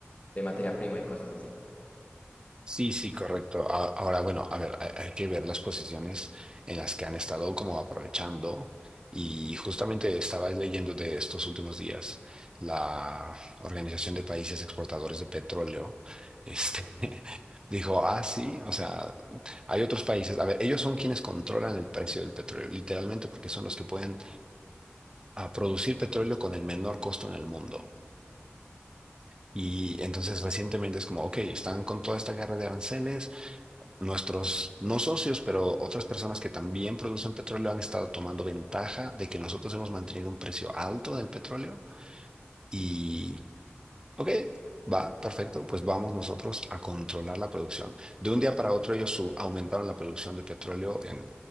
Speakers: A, on the left; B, on the right.
A: de materia prima y cosas así.
B: Sí, sí, correcto. A- Ahora, bueno, a ver, hay, hay que ver las posiciones en las que han estado como aprovechando. Y justamente estaba leyendo de estos últimos días la Organización de Países Exportadores de Petróleo, este, <laughs> dijo, ah, sí, o sea, hay otros países, a ver, ellos son quienes controlan el precio del petróleo, literalmente porque son los que pueden ah, producir petróleo con el menor costo en el mundo. Y entonces recientemente es como, ok, están con toda esta guerra de aranceles. Nuestros, no socios, pero otras personas que también producen petróleo han estado tomando ventaja de que nosotros hemos mantenido un precio alto del petróleo y, ok, va, perfecto, pues vamos nosotros a controlar la producción. De un día para otro ellos su- aumentaron la producción de petróleo en